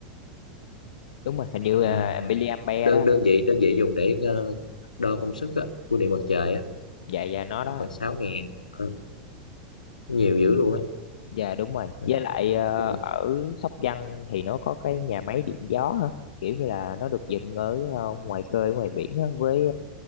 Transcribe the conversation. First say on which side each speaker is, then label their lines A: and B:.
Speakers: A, on the left; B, on the left.
A: đúng rồi hình như
B: Ờ,
A: là miliampere
B: đơn
A: đó
B: đơn vị đơn vị dùng để ờ, đo công suất á, của điện mặt trời á
A: dạ dạ nó
B: nó
A: đó
B: khoảng 6000 Ờ, nhiều dữ luôn á
A: dạ đúng rồi
B: Mình-
A: với lại ờ,
B: rất là nhiều.
A: ở Sóc Trăng thì nó có cái nhà máy điện gió hả kiểu như là nó được dựng ở ờ, ngoài khơi ngoài biển á, với